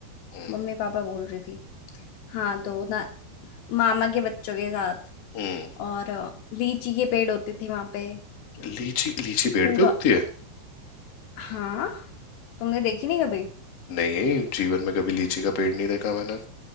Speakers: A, on the left; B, on the left.
A: हम्म
B: मम्मी पापा बोल रही थी हाँ तो ना मामा के बच्चों के साथ
A: हम्म,
B: और अ, लीची के पेड़ होते थे वहां पे
A: लीची लीची पेड़
B: पूरा
A: पे उगती है
B: हाँ तुमने देखी नहीं कभी
A: नहीं जीवन में कभी लीची का पेड़ नहीं देखा मैंने